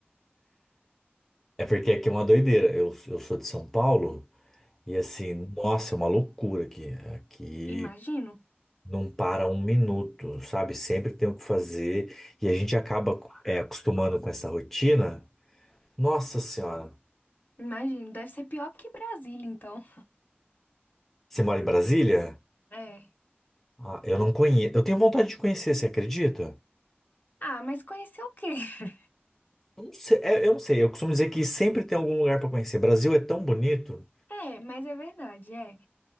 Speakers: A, in the centre; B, on the left.
A: É porque aqui é uma doideira. Eu, eu sou de São Paulo. E assim, nossa, é uma loucura aqui. Aqui
B: Imagino,
A: não para um minuto, sabe? Sempre tem o que fazer e a gente acaba é, acostumando com essa rotina. Nossa Senhora,
B: imagino. Deve ser pior que Brasília, então.
A: você mora em Brasília?
B: É.
A: Ah, eu não conheço. Eu tenho vontade de conhecer, você acredita?
B: Ah, mas conhecer o quê? <laughs>
A: Eu não sei, é, eu não sei. Eu costumo dizer que sempre tem algum lugar para conhecer. Brasil é tão bonito.
B: É, mas é verdade, é.